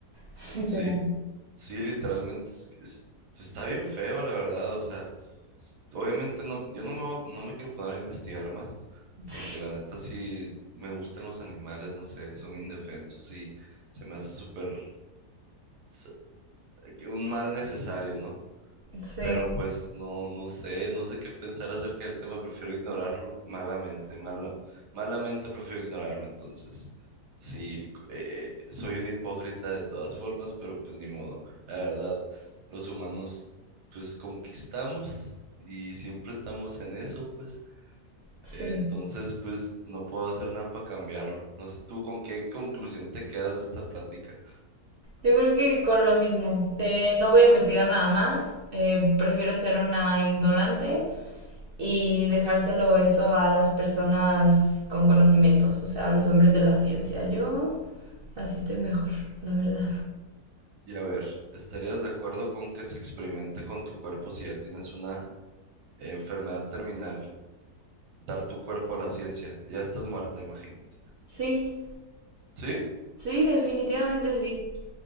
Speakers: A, on the right; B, on the right.
A: <laughs> Literal.
B: sí, sí, literalmente es- es- está bien feo, la verdad. O sea, s- obviamente no, yo no me, voy a- no me quiero poner a investigar más, porque
A: Sí,
B: la neta sí me gustan los animales, no sé, son indefensos y se me hace súper s- que un mal necesario, ¿no?
A: sí,
B: Pero pues no, no sé, no sé qué pensar acerca del tema, prefiero ignorarlo malamente, mala- malamente prefiero ignorarlo, entonces sí, eh, eh, soy un hipócrita de todas formas, pero pues ni modo, la verdad, los humanos pues conquistamos y siempre estamos en eso, pues
A: sí.
B: eh, entonces pues no puedo hacer nada para cambiarlo, no sé tú con qué conclusión te quedas de esta plática
A: Yo creo que con lo mismo. Eh, no voy a investigar nada más. Eh, prefiero ser una ignorante y dejárselo eso a las personas con conocimientos, o sea, a los hombres de la ciencia. Yo así estoy mejor, la verdad.
B: y a ver, ¿estarías de acuerdo con que se experimente con tu cuerpo si ya tienes una Enfermedad terminal. Dar tu cuerpo a la ciencia. Ya estás muerta, imagínate.
A: Sí,
B: ¿Sí?
A: sí, definitivamente sí.